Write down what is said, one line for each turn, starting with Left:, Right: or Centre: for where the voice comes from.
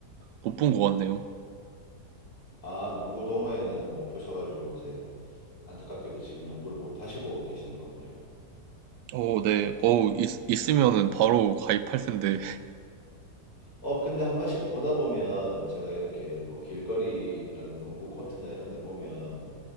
Right: 못 본 것 같네요.
Left: 아, 농구 동호회는 못 보셔가지고 이제 안타깝게도 지금 농구를 못 하시고 계시는 거군요.
Right: 어, 네. 어, 있, 있으면은 바로 가입할 텐데. <laughs>
Left: 어, 근데 한 번씩 보다 보면 제가 이렇게 뭐 길거리 이런 농구 코트나 이런 데 보면